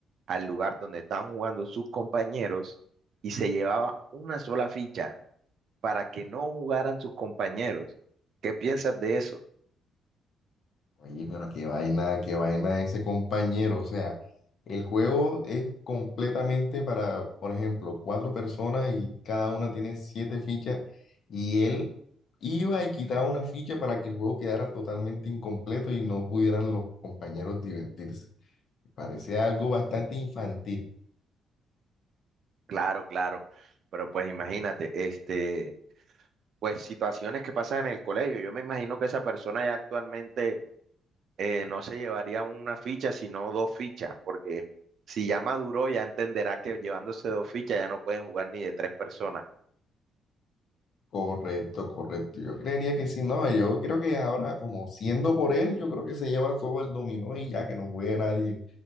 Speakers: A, on the right; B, on the left.
A: al lugar donde estaban jugando sus compañeros y se llevaba una sola ficha para que no jugaran sus compañeros. ¿Qué piensas de eso?
B: Oye, pero qué vaina, qué vaina ese compañero. O sea, el juego es completamente para, por ejemplo, cuatro personas y cada una tiene siete fichas y él iba y quitaba una ficha para que el juego quedara totalmente incompleto y no pudieran los compañeros divertirse. Parece algo bastante infantil.
A: Claro, claro. Pero pues imagínate, este... pues situaciones que pasan en el colegio. Yo me imagino que esa persona ya actualmente eh, no se llevaría una ficha, sino dos fichas, porque si ya maduró, ya entenderá que llevándose dos fichas ya no pueden jugar ni de tres personas.
B: Correcto, correcto. Yo creería que sí, no, yo creo que ahora como siendo por él, yo creo que se lleva todo el dominó y ya que no juegue nadie.